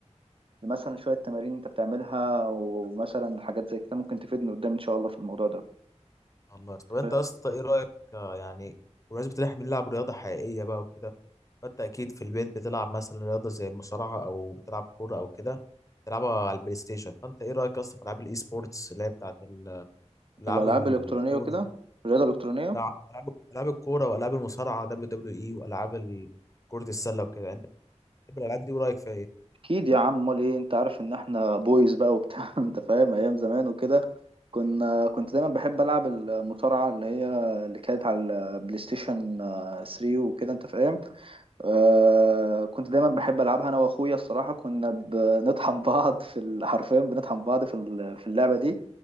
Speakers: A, on the right (about 50°); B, on the left (about 25°).
A: لمثلا شوية تمارين انت بتعملها ومثلا حاجات زي كده ممكن تفيدني قدام ان شاء الله في الموضوع ده انت
B: الله طب انت
A: فاهم
B: يا اسطى ايه رأيك آه، يعني بمناسبة ان احنا بنلعب رياضة حقيقية بقى وكده فانت اكيد في البيت بتلعب مثلا رياضه زي المصارعه او بتلعب كوره او كده بتلعبها على البلاي ستيشن فانت ايه رايك اصلا في العاب الاي سبورتس اللي هي بتاعت ال- العاب
A: الألعاب
B: الكوره
A: الإلكترونية وكده الرياضة الإلكترونية
B: بتاع- العاب العاب الكوره والعاب المصارعه دبليو دبليو اي والعاب ال- كره السله وكده انت بتحب الالعاب دي ورايك فيها ايه
A: اكيد يا عم امال ايه انت عارف ان احنا بويز بقى وبتاع <laughs> انت فاهم ايام زمان وكده كنا كنت دايما بحب العب المصارعه اللي هي اللي كانت على البلاي ستيشن آه، 3 وكده انت فاهم آه كنت دايما بحب العبها انا واخويا الصراحه كنا بنطحن <laughs> بعض في ال- حرفيا بنطحن بعض في ال- في اللعبه دي